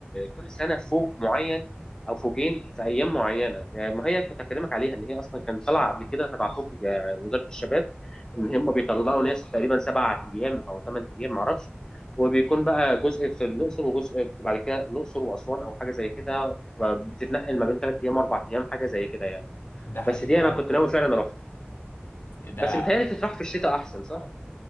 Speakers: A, on the left (about 15°); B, on the left (about 60°).
A: كل سنه فوج معين او فوجين في ايام معينه يعني ما هي كنت اكلمك عليها ان هي اصلا كانت طالعه قبل كده تبع فوج آه، وزاره الشباب ان هم بيطلعوا ناس تقريبا سبع ايام او ثمان ايام معرفش وبيكون بقى جزء في الاقصر وجزء بعد كده الاقصر واسوان او حاجه زي كده بتتنقل ما بين ثلاث ايام واربع ايام حاجه زي كده يعني
B: ده حقيقي
A: بس دي
B: فعلا.
A: انا كنت ناوي فعلا اروح
B: ده
A: بس بيتهيألي تتراح في الشتاء احسن صح؟